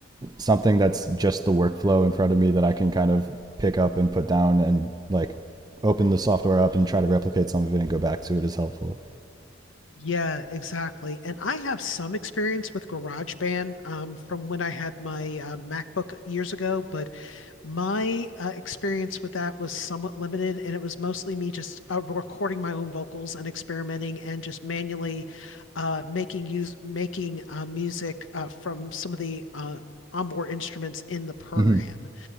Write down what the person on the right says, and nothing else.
something that's just the workflow in front of me that I can kind of pick up and put down and like open the software up and try to replicate some of it and go back to it is helpful.
Mm-hmm.